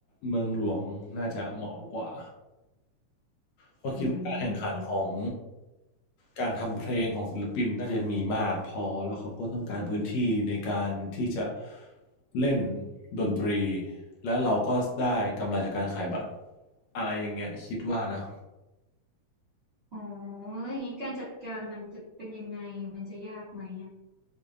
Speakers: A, on the left (about 70°); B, on the right (about 60°).
A: เมืองหลวงน่าจะเหมาะกว่าเพราะคิดว่าการแข่งขันของ
B: อืม
A: การทำเพลงของศิลปินน่าจะมีมากพอแล้วเขาก็ต้องการพื้นที่ในการที่จะเล่นดนตรีและเราก็ได้กำไรจากการขายบัตรอะไรอย่างเงี้ยคิดว่านะ
B: อ๋อแล้วอย่างนี้การจัดการมันจะเป็นยังไงมันจะยากไหมอ่ะ